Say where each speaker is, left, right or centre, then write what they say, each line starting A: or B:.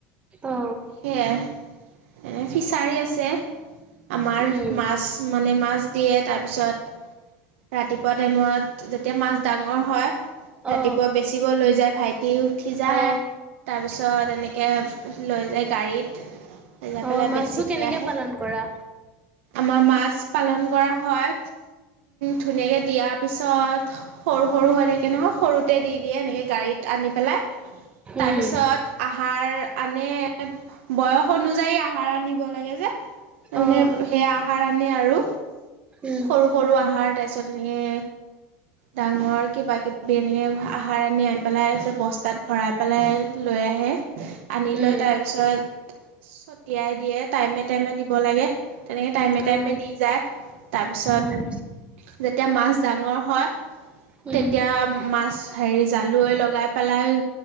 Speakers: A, on the right; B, on the right.
A: অ
B: সেয়াই এনে ফিছাৰী আছে আমাৰ
A: উম
B: মাছ মানে মাছ দিয়ে তাৰপিছত ৰাতিপুৱা টাইমত যেতিয়া মাছ ডাঙৰ হয়। ৰাতিপুৱা
A: অ
B: বেচিব লৈ যায় ভাইটি উঠি যায়
A: অ
B: তাৰপিছত এনেকে লৈ যায় গাড়ীত লৈ যাই
A: অ
B: পেলাই
A: মাছবোৰ
B: বেছি
A: কেনেকে
B: থৈ আহে।
A: পালন কৰা
B: আমাৰ মাছ পালন কৰা হয়। ধুনীয়াকে দিয়াৰ পিছত সৰু সৰু হৈ থাকে নহয় সৰুতে দি দিয়ে এনেকে গাড়ীত আনি পেলাই তাৰপিছত
A: উম
B: আহাৰ আনে বয়স অনুযায়ী আহ। ভাড়া আনিব লাগে যে। তাৰ মানে
A: অ
B: সেইয়া আহাৰ আনে আৰু
A: উম
B: সৰু সৰু আহাৰ। পাছত এনেকে ডাঙৰ কিবা কিবি আহাৰ আনি আনি পেলাই আছে বস্তাত ভৰাই পেলাই লৈ আহে আনি
A: উম
B: লৈ তাৰপিছত ছটিয়াই দিয়ে। টাইমে টাইমে দিব লাগে। তেনেকৈ টাইমে
A: উম
B: টাইমে দি যায় তাৰপিছত
A: উম
B: এতিয়া মাছ ডাঙৰ হয়। তেতিয়া
A: উম
B: মাছ হেৰি জালুৱৈ লগাই পেলাই